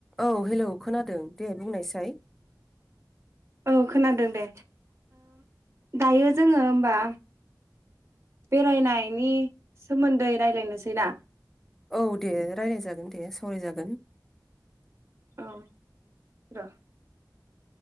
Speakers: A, in the centre; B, on the right.
A: औ हेलौ खोनादों दे बुंनायसाय
B: औ खोनादों दे दायो जोङो होमबा बेरायनायनि सोमोन्दै रायज्लायनोसै ना
A: औ दे राय्लाय जागोन दे सावरायजागोन
B: औ र